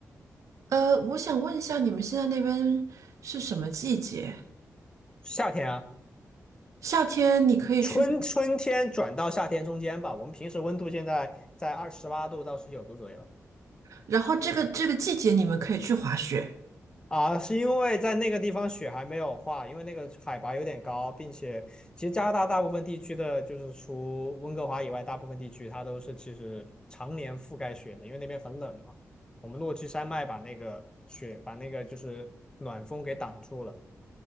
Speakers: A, on the right; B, on the left.
A: 呃，我想问一下，你们现在那边是什么季节？
B: 夏天啊。
A: 夏天你可以去，
B: 春春天转到夏天中间吧，我们平时温度现在在二十八度到十九度左右
A: 然后这个这个季节你们可以去滑雪。
B: 啊，是因为在那个地方雪还没有化，因为那个海拔有点高，并且其实加拿大大部分地区的，就是除温哥华以外，大部分地区它都是其实常年覆盖雪的，因为那边很冷嘛。我们落基山脉把那个雪，把那个就是暖风给挡住了。